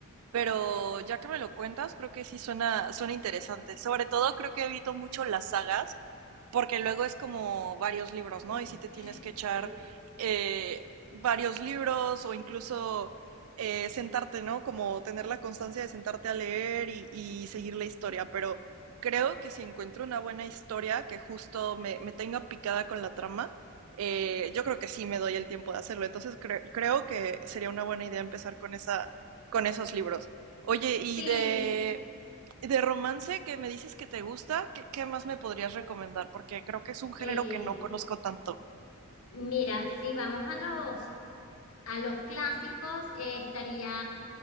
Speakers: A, on the right (about 70°); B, on the left (about 70°).
A: Pero ya que me lo cuentas, creo que sí suena, suena interesante. Sobre todo creo que evito mucho las sagas, porque luego es como varios libros,
B: <laughs>
A: ¿no? Y si te tienes que echar
B: Sí,
A: eh, varios libros o incluso eh, sentarte, ¿no? Como tener la constancia de sentarte a leer y, y seguir la historia. Pero creo que si encuentro una buena historia que justo me, me tenga picada con la trama, eh, yo creo que sí me doy el tiempo de hacerlo. Entonces cre- creo que sería una buena idea empezar con esa con esos libros. Oye, y
B: Sí,
A: de, de romance que me dices que te gusta, ¿qué, qué más me podrías recomendar? Porque creo que es un género
B: eh,
A: que no conozco tanto.
B: mira, si vamos a los A los clásicos eh, estaría